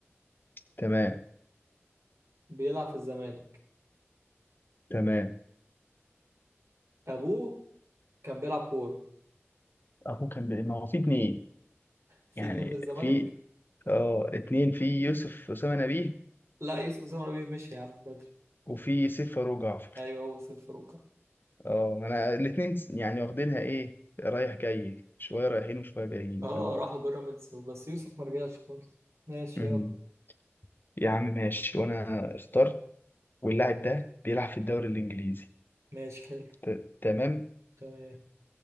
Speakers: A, on the left; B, on the right.
A: تمام
B: بيلعب في الزمالك
A: تمام
B: ابوه كان بيلعب كورة
A: ابوه كان بي... ما هو في اتنين
B: في
A: يعني
B: اتنين في الزمالك
A: في اه اتنين في يوسف أسامة نبيه
B: لا يوسف سمر بيه مشي يا عم بدري
A: وفي سيف فاروق جعفر
B: ايوه هو صفر
A: اه ما انا الاتنين س- يعني واخدينها ايه رايح جاي شوية رايحين وشوية جايين
B: اه
A: اه
B: راحوا بيراميدز بس يوسف مرجعش خالص ماشي
A: امم
B: يلا
A: يا عم ماشي وانا اخترت واللاعب ده بيلعب في الدوري الانجليزي
B: ماشي حلو
A: ت- تمام
B: تمام